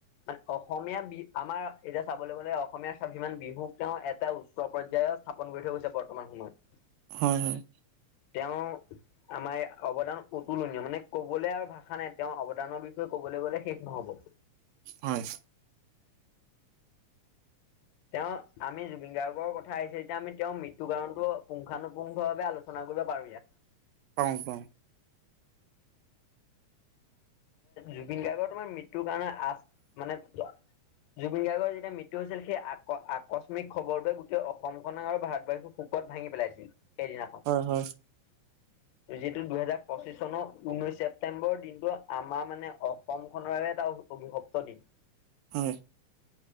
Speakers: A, on the left; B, on the right.
A: মানে অসমীয়া বি আমাৰ এতিয়া চাবলৈ গলে অসমীয়া স্বাভিমান বিহুক তেওঁ এটা উচ্চ পৰ্যায়ত স্থাপন কৰি থৈ গৈছে বৰ্তমান সময়ত
B: হয় হয়
A: তেওঁ আমাৰ অৱদান অতুলনীয় মানে কবলে আৰু ভাষা কা নাই তেওঁৰ অৱদৰ বিষয়ে কবলৈ গ'লে শেষ নহ'ব
B: হয় <inaudible>
A: তেওঁ আমি জুবিন গাৰ্গৰ কথা আহিছে এতিয়া আমি তেওঁৰ মৃত্যু কাৰণতো পুংখানুপুংখভাৱে আলোচনা শনাবলৈ পাৰো ইয়াত
B: অং পং
A: জুবিন গাৰ্গৰ তোমাৰ মৃত্যুৰ কাৰণে আ মানে জুবিন গাৰ্গৰ যেতিয়া মৃত্যু হৈছিল সেই আ আকস্মিক খবৰটোৱে গোটেই অসমখনক আৰু ভাৰতবৰ্ষক শুোকত ভাঙি পেলাইছিল সেইদিনাখন
B: হয় <inaudible>
A: যিহেতটো দুহেজাৰ পঁচিশ চনৰ ঊনৈশ ছেপ্তেম্বৰ দিনটো আমাৰ মানে অসম খনৰ বাবে এটা অভিভপ্ত দিন
B: হয়।